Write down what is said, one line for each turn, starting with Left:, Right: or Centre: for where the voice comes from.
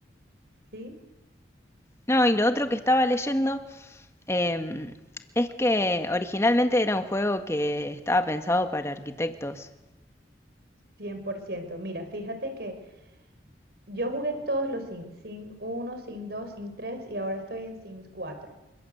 Right: sí,
Left: no, y lo otro que estaba leyendo em, es que originalmente era un juego que estaba pensado para arquitectos.
Right: 100%. Mira, fíjate que Yo jugué todos los Sims, Sim uno, Sim 2, Sim 3 y ahora estoy en Sims 4.